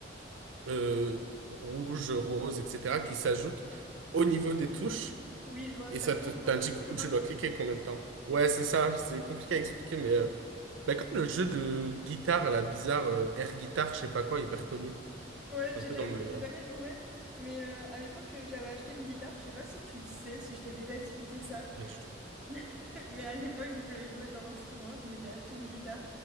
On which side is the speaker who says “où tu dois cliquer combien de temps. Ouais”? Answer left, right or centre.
Right